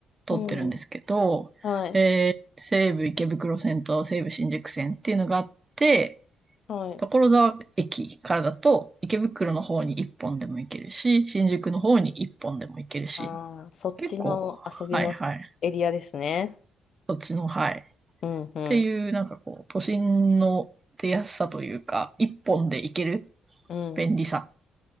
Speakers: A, on the right; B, on the left.
A: 通ってるんですけど、
B: うん。うんはい。
A: 西武池袋線と西武新宿線っていうのがあって、
B: はい。
A: 所沢駅からだと池袋の方に1本でも行けるし、新宿の方に1本でも行けるし、
B: ああ、そっちの遊びのエリアですね。
A: 結構、はいはい、そっちの、はい、
B: うんうん。
A: ていう、なんかこう、都心の出やすさというか、一本で行ける
B: うん。
A: 便利さ、